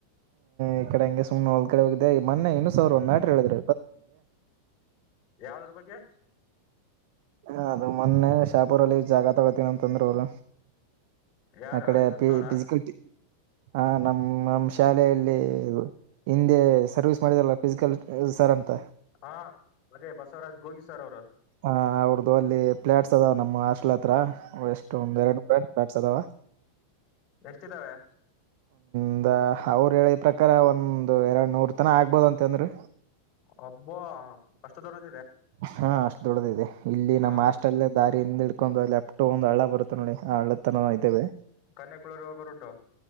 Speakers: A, on the right (about 50°); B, on the left (about 30°).
A: ಇ ಕಡೆ ಎಂಗ ಸುಮ್ನೆ ಹೋ ಕಡೆ ಹೋಗಿದೆ ಮೊನ್ನೆ ಯೂನಿಸ್ ಸರ್ ಒಂದ್ ಮ್ಯಾಟರ್ ಹೇಳಿದರು.
B: ಯಾವದ್ರ ಬಗ್ಗೆ.
A: ಹ ಅದು ಮೊನ್ನೆ ಶಾಪುರಲ್ಲಿ ಜಾಗ ತಗೋತೀನ ಅಂತಂದ್ರು ಅವ್ರ.
B: ಯಾರ
A: ಅಕಡೆ
B: ಯುನುಸ್ನವ್ರ
A: ಪಿ ಪಿಜಿಕಲ್ಟಿ. ಹಾ ನಮ್ಮ‌. ಹ್ಮ ನಮ್ಮ ಶಾಲೆಯಲ್ಲಿ ಇನ್. ಇ ಸರ್ವಿಸ್ ಮಾಡಿದಲ್ಲ ಫಿಸಿಕಲ್ ಸರ್ ಅಂತ.
B: ಹಾ ಅದೇ ಬಸವರಾಜ್ ಗೋಗಿ ಸರ್ ಅವರು.
A: ಹಾ ಅವರ್ದು ಅಲ್ಲಿ ಪ್ಲಾಟ್ಸ್ ಅದಾವೆ ನಮ್ಮ ಹಾಸ್ಟೆಲ್ ಹತ್ರ. ಓ ಎಷ್ಟು ಒಂದು ಎರಡು ಬೆನ್ ಪ್ಲಾಟ್ಸ್ ಅದಾವ.
B: ಎಷ್ಟಿದ್ದಾವೆ.
A: ಒಂದ್ ಅವ್ರು ಹೇಳಿದ್ ಪ್ರಕಾರ ಒಂದು ಎರಡ್ ನೂರ್ ತನ ಆಗ್ಬೋದ ಅಂತ ಅಂದ್ರು.
B: ಒಬ್ಬೊ ಅಷ್ಟ ದೊಡ್ಡ.
A: ಹಾ ಅಷ್ಟು ದೊಡ್ಡದಿದೆ ಇಲ್ಲಿ ನಮ್ಮ
B: ಹಾ
A: ಹಾಸ್ಟೆಲ ದಾ ಹಿಂದ ಇಡ್ಕೊಂಡ್ ಲೆಫ್ಟ್ ಒಂದು ಹಳ್ಳ ಬರುತ್ತ ನೋಡಿ. ಆ ಹಳ್ಳತನ ಇದ್ದೇವೆ
B: ಕನ್ನಯ ಕುಳರಿ ಹೋಗರು ಟು.